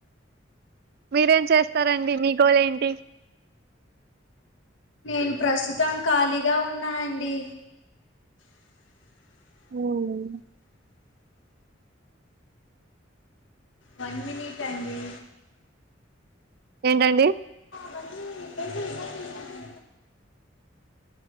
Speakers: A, on the right; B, on the left.
A: మీరేం చేస్తారండి మీ గోల్ ఏంటీ
B: నేను ప్రస్తుతం ఖాళీగా ఉన్నా అండీ
A: హమ్
B: వన్ మినిట్ అండీ
A: ఏంటండీ
B: జరుగూ జరుగు జరుగు జరుగు